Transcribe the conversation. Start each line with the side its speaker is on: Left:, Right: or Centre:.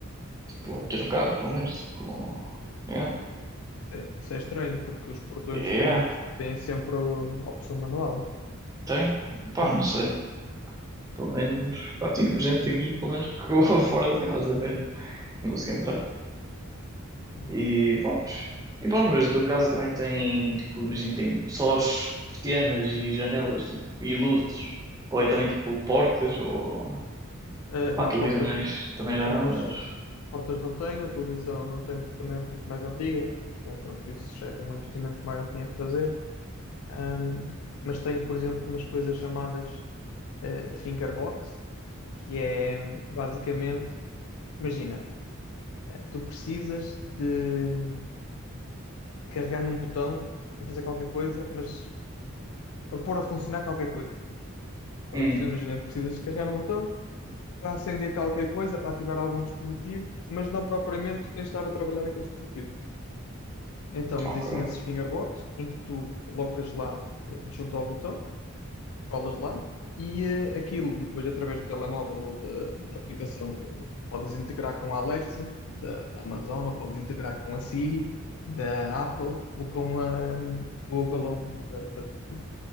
Right: Tipo, ter o carro, pelo menos, tipo, é,
Left: Isso é, isso é estranho, porque os portões
Right: é,
Left: têm, têm sempre a opção manual.
Right: tem, pá,
Left: Tem,
Right: não sei, pelo menos, pá, tive gente aqui, pelo menos, que ficou <laughs> fora de casa mesmo, não conseguia entrar.
Left: tem.
Right: E pronto. E pronto, mas a tua casa também tem, tipo, imagina, tem só as persianas e janelas, tipo, e luzes. Ou é também, tipo, portas, ou
Left: Eh, não,
Right: pá, televisões
Left: portas,
Right: também já
Left: portas,
Right: não, mas...
Left: portas não tenho, a televisão não tenho, porque também é um pouco mais antiga. E tinha, pronto, isso já era um investimento maior que tinha que fazer. Ahm, mas tenho, por exemplo, umas coisas chamadas eh, fingerbot, que é basicamente, imagina, eh, tu precisas de, de carregar num botão para fazer qualquer coisa, mas para pôr a funcionar qualquer coisa. Estás
Right: Hum,
Left: a perceber? Imagina, precisas de carregar um botão para acender qualquer coisa, para ativar algum dispositivo, mas não propriamente tens de estar a trabalhar naquele dispositivo. Então, existem
Right: ok.
Left: esses fingerbots em que tu colocas lá eh, junto ao botão colas lá e eh, aquilo, depois através do telemóvel ou da, da aplicação, eh, podes integrar com a Alexa da, da Amazon, ou podes integrar com a Siri da Apple ou com a, hum, o Google Home da, da Google.